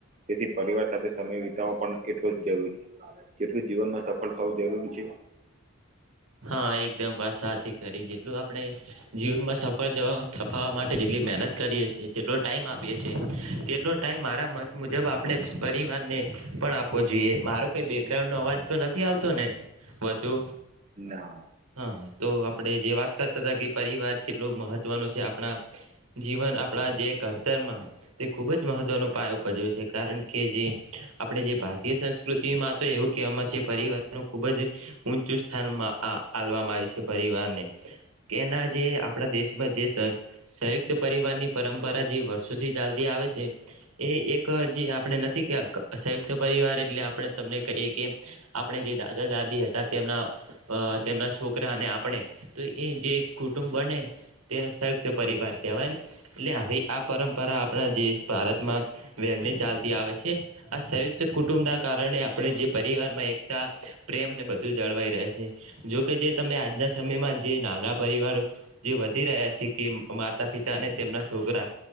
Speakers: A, on the right; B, on the right.
A: તેથી પરિવાર સાથે સમય વિતાવો પણ એટલો જ જરૂરી છે કેટલું જીવનમાં સફળ થવું જરૂરી છે
B: હા એકદમ વાત સાચી કરી જેટલું આપણે જીવનમાં સફળ જવા સફાવ માટે જેટલી મહેનત કરીએ છીએ જેટલો ટાઈમ આપીએ છીએ તેટલો ટાઈમ મારા મત મુજબ આપણે પરિવાર આપો જોઈએ મારો કઈ બેકગ્રાઉન્ડ નો અવાજ તો નથી આવતો ને વધુ
A: ના
B: હા તો આપડે જે વાત કરતા હતા કે પરિવાર કેટલોું મહત્વનો છે આપણા જીવન આપણા જે ઘડતરમાં તે ખૂબ જ મહત્વનો પાયો ઉપજવે છે કારણ કે જે આપણે જે ભારતીય સંસ્કૃતિમાં તો એવું કેમાં જે પરીવાર નુ ખુબ જ ઊંચું સ્થાનમાં આ આલવામાં આવી છે પરિવારને કેના જે આપણા દેશમાં જે સંયુક્ત પરિવાર ની પરંપરા જે વર્ષોથી ચાલ્દી આવે છે એ એક જે આપ નથી સંયુક્ત પરિવાર એટલે આપણે તમને કહીએ કે આપણે જે દાદા દાદી હતા તેમ તેમના છોકરા અને આપણે તો એ જે કુટુંબ બને તેને સંયુક્ત પરિવાર કહેવાય એટલે હવે આ પરંપરા આપણા દેશ ભારતમાં <unintelligible> એમાં ચાલતી આવે છે આ સંયુક્ત કુટુંબ ના કારણે આપણે જે પરિવારમાં એકતા પ્રેમ ને બધું જ જાળવાઈ રહે જોકે જે તમે આજના સમયમાં જે નાના પરિવારો જે વધી રહ્યા છે કે મા માતા પિતા અને તેમના છોકરા